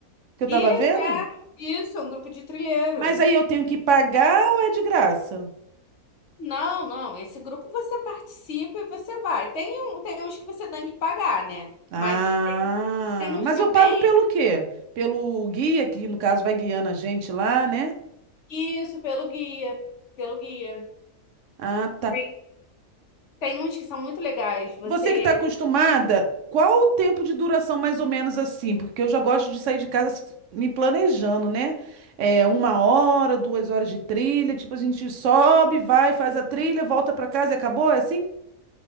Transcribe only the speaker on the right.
que eu
tava vendo?
Mas aí eu tenho que pagar ou é de graça?
Ah,
mas
eu pago pelo quê? Pelo guia que no caso vai guiando a gente lá, né?
Ah, tá.
Você que está acostumada, qual o tempo de duração mais ou menos assim? Porque eu já gosto de sair de casa se- me planejando, né? É uma hora, duas horas de trilha, tipo, a gente sobe, vai, faz a trilha, volta para casa e acabou, é assim?